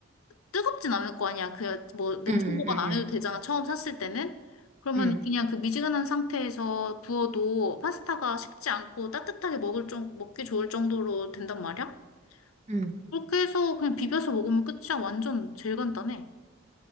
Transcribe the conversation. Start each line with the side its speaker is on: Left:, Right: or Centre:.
Left: 뜨겁진 않을 거 아니야. 그 뭐 냉장
Right: 응, 응,
Left: 보관
Right: 응,
Left: 안
Right: 응,
Left: 해도 되잖아. 처음 샀을 때는. 그러면
Right: 응.
Left: 그냥 그 미지근한 상태에서 부어도 파스타가 식지 않고 따뜻하게 먹을 좀 먹기 좋을 정도로 된단 말이야.
Right: 응.
Left: 그렇게 해서 그냥 비벼서 먹으면 끝이야. 완전 제일 간단해.